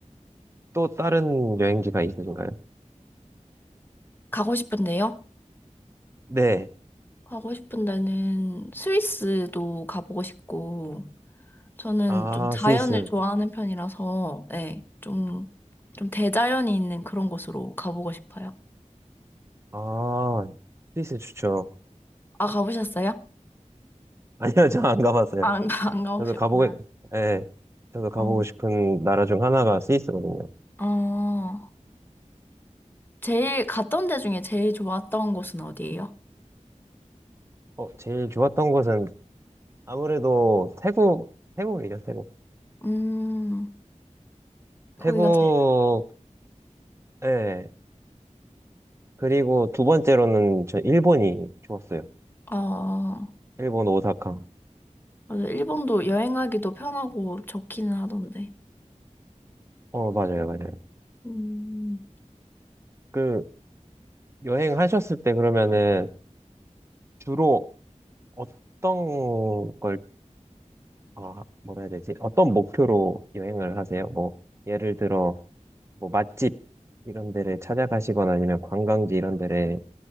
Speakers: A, on the right (about 20°); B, on the left (about 15°).
A: 또 다른 여행지가 있으신가요?
B: 가고 싶은데요?
A: 네.
B: 가고 싶은 데는 스위스도 가보고 싶고 저는
A: 아,
B: 좀 자연을
A: 스위스.
B: 좋아하는 편이라서, 네, 좀, 좀 대자연이 있는 그런 곳으로 가보고 싶어요.
A: 아, 스위스 좋죠. <laughs>
B: 아, 가보셨어요?
A: 아니요, 저 안 가봤어요.
B: 아, 안, 가- <laughs> 안 가보셨구나.
A: 저도 가보고, 예. 저도 가보고
B: 어,
A: 싶은 나라 중 하나가 스위스거든요.
B: 어, 제일 갔던 데 중에 제일 좋았던 곳은 어디예요?
A: 어, 제일 좋았던 곳은 아무래도 태국, 태국이죠, 태국.
B: 음, 거기가
A: 태국,
B: 제일,
A: 예. 그리고 두 번째로는 저 일본이 좋았어요.
B: 어, 어.
A: 일본 오사카.
B: 맞아. 일본도 여행하기도 편하고 좋기는 하던데.
A: 어, 맞아요, 맞아요.
B: 음.
A: 그, 여행하셨을 때 그러면은 주로 어떤 걸, 아, 뭐라 해야 되지? 어떤 목표로 여행을 하세요? 뭐, 예를 들어, 뭐, 맛집 이런 데를 찾아가시거나 아니면 관광지 이런 데를